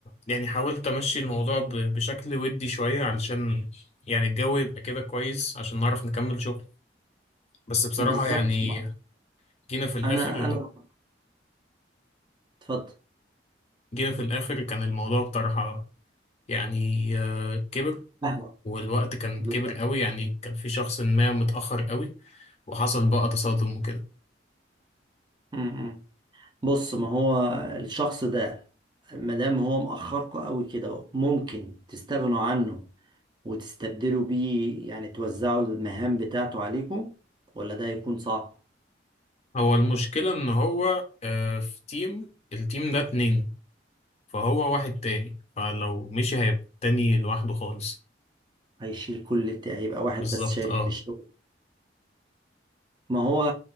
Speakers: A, on the left (about 35°); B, on the right (about 25°).
A: يعني حاولت امشي الموضوع ب- بشكل ودي شوية علشان يعني الجو يبقى كده كويس عشان نعرف نكمل شغل بس بصراحة
B: بالظبط
A: يعني جينا في الاخر
B: انا انا اتفضل
A: جينا في الاخر كان الموضوع بطرحة يعني آه، كبر
B: أهلا.
A: والوقت كان
B: بالظبط
A: كبر قوي يعني كان في شخص ما متأخر قوي وحصل بقى تصادم وكده
B: م- م. بص ما هو الشخص ده مادام هو مأخركوا قوي كده ممكن تستغنوا عنه وتستبدلوا بيه يعني توزعوا المهام بتاعته عليكم ولا ده هيكون صعب
A: هو المشكلة ان هو آه، في تيم التيم ده اتنين فهو واحد تاني فلو مشي هيبقى تاني لوحده خالص
B: هيشيل كل الت- هيبقى واحد
A: بالظبط
B: بس شايل
A: اه
B: الشغل ما هو